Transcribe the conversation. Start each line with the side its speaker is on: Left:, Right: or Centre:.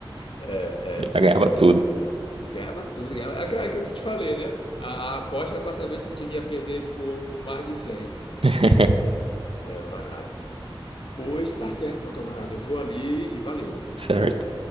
Left: É,
Right: Já
Left: é.
Right: ganhava tudo.
Left: E, e ganhava tudo. Ganhava. É aquela que eu te falei, né? A, a aposta para saber se o time ia perder por, por mais de cem
Right: <laughs>
Left: É, um barato. Pois tá certo, meu camarada. Eu vou ali e valeu.
Right: Certo.